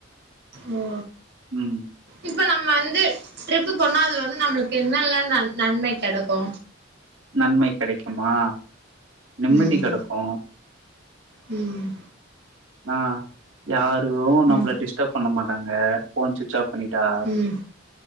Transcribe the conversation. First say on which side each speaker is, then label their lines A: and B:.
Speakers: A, on the right; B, on the right.
A: ஓ
B: ம்
A: இப்ப நம்ம வந்து ட்ரிப்பு போனா அதுல வந்து நம்ளுக்கு என்னல்லா நன்ம கெடைக்கு
B: நன்மை கெடைக்குமா நிம்மதி
A: ம்
B: கடக்கும்
A: ம்
B: ஆ யாரு நம்மள
A: ம்
B: டிஸ்டர்ப் பண்ண மாட்டாங்க போன் சுவிட்ச் ஆப் பண்ணிட்டா
A: ம்